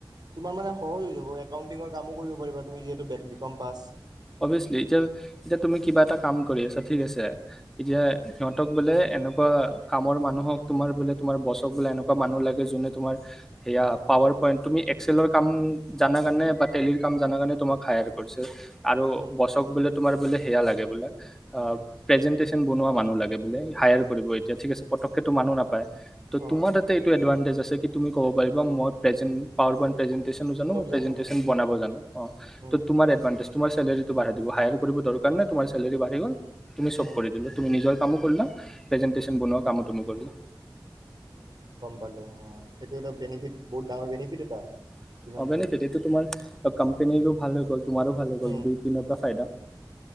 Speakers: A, on the right; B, in the centre.
A: তোমাৰ মানে সহজ হৈ যাব একাউণ্টিৰ কামো কৰিব পাৰিবা যিহেটো বেক বি কম পাছ
B: অভিয়াছ্লি। এতিয়া - এতিয়া তুমি কিবা এটা কাম কৰি আছা। ঠিক আছে। এতিয়া সিহঁতক বোলে এনেকুৱা কামৰ মানুহক তোমাৰ বোলে তোমাৰ বছক বোলে এনেকুৱা মানুহ লাগে যোনে তোমাৰ এইয়া পাৱাৰ পইণ্ট, তুমি এক্সেলৰ কাম জানা কাৰণে বা টেলিৰ কাম জানা কাৰণে তোমাক হায়াৰ কৰিছে। আৰু
A: উম,
B: বছক বোলে তোমাৰ বোলে সেয়া লাগে বোলে অ' প্ৰেজেণ্টেছন বনোৱা মানুহ লাগে বোলে। হায়াৰ কৰিব এতিয়া। ঠিক আছে। পতক্কেতো মানুহ নাপায়। তো
A: অ',
B: তোমাৰ তাতে এইটো এডভাঞ্চ <unintelligible> আছে কি তুমি ক'ব পাৰিবা মই প্ৰেজেণ্ট - পাৱাৰ পইন্ট প্ৰেজেণ্ট টেছনো জানোঁ।
A: চব
B: প্ৰেজেণ্টেছন
A: জানো মই
B: বনাব জানোঁ। অ'
A: উম,
B: তো তোমাৰ এডভান্তেজ তোমাৰ ছেলাৰীটো বাঢ়াই দিব। হায়াৰো কৰিব দৰকাৰ নাই, তোমাৰ ছেলাৰী বাঢ়ি গ'ল। তুমি চব
A: উম,
B: কৰি দিলোঁ। তুমি নিজৰ কামো কৰিলা। প্ৰেজেণ্টেশ্যন বনোৱা কামো তুমি কৰিলা।
A: উম গম পালোঁ। অ' সেইটো এটা বেনিফিট - বহুত ডাঙৰ বেনিফিট এটা।
B: <unintelligible>
A: যিমান যি হওঁক
B: টো তোমাৰ আ- কাম্পেনীৰো ভালে গ'ল। তোমাৰো ভালে গ'ল।
A: উম,
B: দুই পিনৰ পৰা ফাইদা।